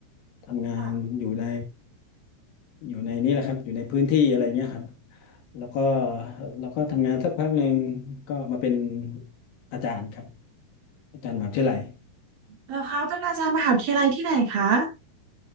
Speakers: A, on the left (about 60°); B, on the right (about 55°).
A: ทำงานอยู่ใน
B: อ๋อ
A: อยู่ในนี่แหละครับอยู่ในพื้นที่อะไรเงี้ยครับแล้วก็แล้วก็ทำงานสักพักหนึ่งก็มาเป็นอาจารย์ครับอาจารย์มหาวิทยาลัย
B: แล้วเขาเป็นอาจารย์มหาวิทยาลัยที่ไหนคะ